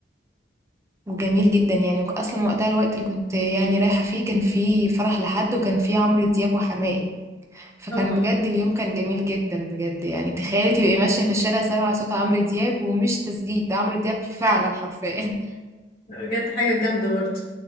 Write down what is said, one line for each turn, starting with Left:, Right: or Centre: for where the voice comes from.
Right: وجميل جدا يعني اصلا وقتها الوقت اللي كنت يعني رايحة فيه كان فيه فرح لحد وكان فيه عمرو دياب وحماقي فكان
Left: اه
Right: بجد اليوم كان جميل جدا بجد يعني تخيلي تبقي ماشية في الشارع سامعة صوت عمرو دياب ومش تسجيل ده عمرو دياب فعلا حرفيا
Left: بجد حاجة جامدة برضو